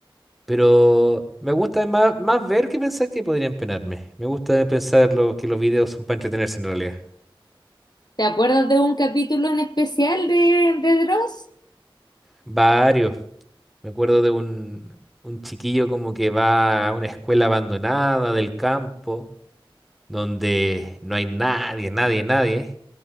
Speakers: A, in the centre; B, on the left.
A: Pero me gusta más, más ver que pensar que podrían penarme. Me gusta pensar lo, que los videos son para entretenerse en realidad.
B: ¿Te acuerdas de un capítulo en especial de, de Dross?
A: Varios. Me acuerdo de un, un chiquillo como que va a una escuela abandonada del campo, donde no hay nadie, nadie, nadie.